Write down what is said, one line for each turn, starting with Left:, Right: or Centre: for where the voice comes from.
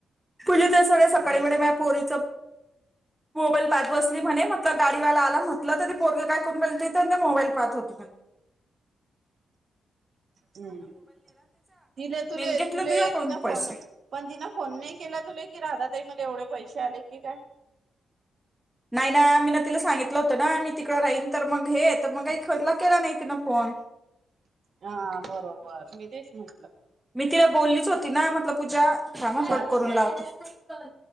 Centre: तुझी ते सळे सकाळी
Right: आम
Centre: वेळे म पोरी मोबाईल प बसली म्हणे म्हट गाडीवाला आला म्हटलं तर ते पोरगे काय कोण मोबाईल पात होती म्ह
Right: हम् तिन तु
Centre: मीन घेतलं
Right: तुले
Centre: तिच्याकडून
Right: तिन
Centre: पैसे
Right: फोन पण तिन फोन नाही केला तु की राहतात मध्ये एवढे पैसे आले की काय
Centre: नाही ना मी ना तिला सांगितलं होत ना मी तिकडं राहीन तर मग हे तर मग काही खला केला नाही तिन फोन
Right: हा बरोबर मी तेच म्हटलं
Centre: मी तिला बोललीच होती ना म्हटल पूजा मा
Right: चाल
Centre: कट करून लावते पाच